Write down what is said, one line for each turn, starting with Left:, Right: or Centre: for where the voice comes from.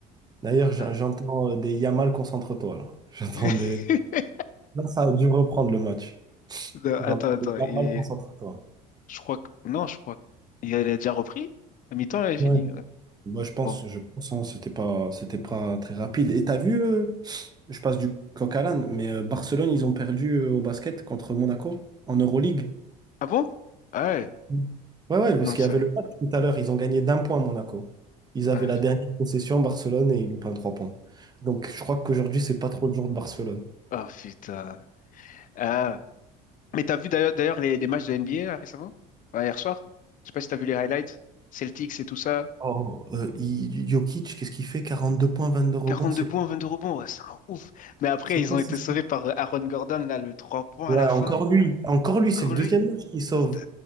Right: D'ailleurs, j'en-
Left: hein.
Right: j'entends euh, des Yamal, concentre-toi là. <laughs> J'entends
Left: <laughs>
Right: des. Là, ça a dû reprendre le match.
Left: Non,
Right: J'entends
Left: attends, attends.
Right: des Yamal,
Left: Et
Right: concentre-toi.
Left: je crois que. Non, je crois qu'il a il a déjà repris. À mi-temps, il a fini.
Right: Ouais.
Left: ouais.
Right: Moi, je pense,
Left: Bon.
Right: je pense, hein, c'était pas, c'était pas très rapide. Et t'as vu, euh, je passe du coq à l'âne, mais euh, Barcelone, ils ont perdu euh, au basket contre Monaco en Euroleague.
Left: Ah bon? Ah ouais.
Right: Mm. Ouais, ouais, parce
Left: Non,
Right: qu'il
Left: ça.
Right: y avait le match tout à l'heure, ils ont gagné d'un point Monaco. Ils avaient
Left: ah,
Right: la dernière possession, Barcelone, et ils loupent un trois points. Donc, je crois qu'aujourd'hui, c'est pas trop le jour de Barcelone.
Left: Oh putain. Ah. Mais t'as vu d'ailleurs d'ailleurs les, les matchs de NBA là, récemment? Ouais, hier soir? Je sais pas si t'as vu les highlights. Celtics et tout ça.
Right: Oh, euh, il- Jokic, qu'est-ce qu'il fait? 42 points, 22 rebonds,
Left: 42
Right: c'est
Left: points,
Right: quoi?
Left: 22 rebonds. Ouais, c'est un ouf. Mais après,
Right: C'est
Left: ils
Right: quoi
Left: ont été
Right: ce score
Left: sauvés par euh, Aaron Gordon, là, le 3 points
Right: Ouais,
Left: à la fin.
Right: encore lui. Encore lui,
Left: Encore
Right: c'est le deuxième
Left: lui.
Right: match qu'il sauve.
Left: C'est